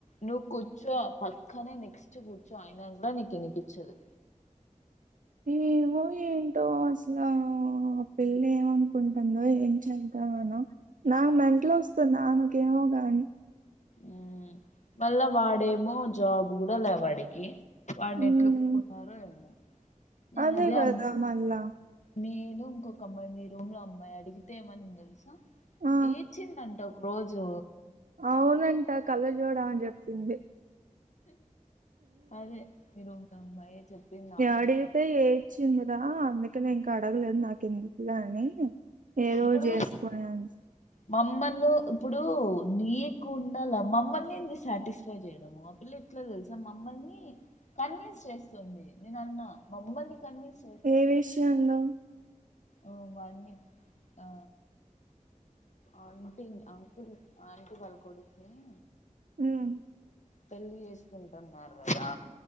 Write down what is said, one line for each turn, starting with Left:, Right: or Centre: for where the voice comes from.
Left: నువ్ కూచో పక్కనే నెక్స్ట్ కుచో అయినా కూడా నీకు వినిపిచదు
Right: ఏమో ఏంటో అసల ఆ పిల్ల ఏమనుకుంటుందో ఏంట్లేదో అవునా నాకు మెంట్లోస్తుంది ఆమెకేమో గాని
Left: ఉమ్మ్ మళ్ళా వాడేమో జాబ్ కూడా ల్యా వాడికి వాడిని
Right: ఉమ్,
Left: ఎట్లోప్పుకున్నారో ఏమో నేను
Right: అదే కదా
Left: అ
Right: మళ్ళా
Left: నేను ఇంకొక అమ్మాయి మీ రూమ్లో అమ్మాయి అడిగితే ఏమనింది తెలుసా
Right: ఆ
Left: ఏడ్చింది అంటా ఒకరోజు
Right: అవునంట కళ్ళజోడు అమె చెప్పింది
Left: అదే మీ రూమ్ లో అమ్మాయి చెప్పింది నాకు
Right: అడిగితే
Left: కూడా
Right: ఏడ్చింది కదా అందుకనే ఇంకా అడగలేదు నాకు ఎందుకులా అని ఏదో
Left: ఇప్పుడు
Right: చేసుకునేది
Left: మమ్మను ఇప్పుడు నీకుండాల మమ్మల్ని ఏంది సాటిస్ఫై చేయడము ఆ పిల్ల ఎట్లా తెలుసా మమ్మల్ని కన్విన్స్ చేస్తుంది నేనన్న మమ్మల్ని కన్విన్స్
Right: ఏ విషయంలో
Left: ఓ వాని ఆ ఆంటీ అకుల్ ఆంటీ వాళ్ళ కొడుకుని
Right: ఉమ్మ్
Left: పెళ్లి చేసుకుంటున్నారు కదా